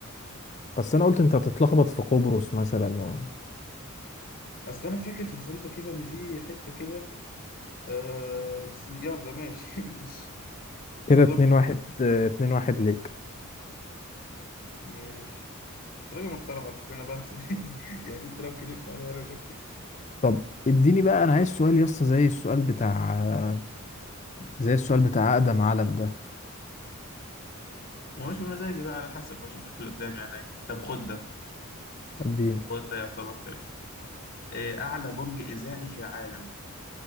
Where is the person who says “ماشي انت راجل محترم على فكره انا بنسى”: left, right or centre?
Left